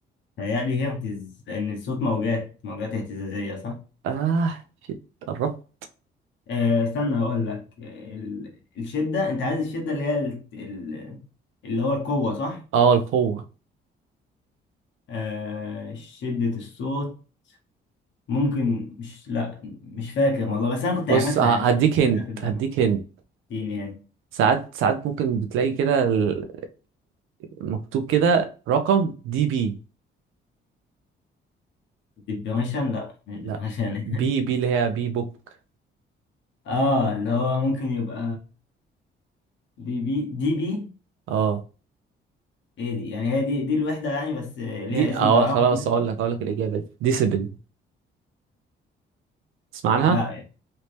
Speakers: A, on the left (about 70°); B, on the right (about 85°).
A: هيقلي هرتز لأن الصوت موجات موجات اهتزازية صح؟
B: اه شيت، قربت
A: أه استنى هقول لك آه، ال- الشدة أنت عايز الشدة اللي هي ال- ال- اللي هو القوة صح؟
B: اه القوة
A: أه شدة الصوت ممكن مش لا مش فاكر والله بس أنا كنت
B: بص
A: عارفها
B: ه-
A: يعني
B: هديك
A: أنا كنت
B: هنت
A: أدرسها في الجامعة
B: هديك هنت
A: اديني يعني
B: ساعات ساعات ممكن بتلاقي كده ال- مكتوب كده رقم دي بي
A: ديبريشن لا مش ديبريشن
B: لا بي
A: <laughs>
B: بي اللي هي بي بوك
A: اه اللي هو ممكن يبقى دي بي دي بي
B: اه
A: ايه دي يعني هي دي دي الوحدة يعني بس ليها
B: دي
A: اسم
B: اه
A: بالعربي
B: خلاص
A: كده؟
B: اقول لك اقول لك الإجابة دي ديسبل تسمع عنها
A: لا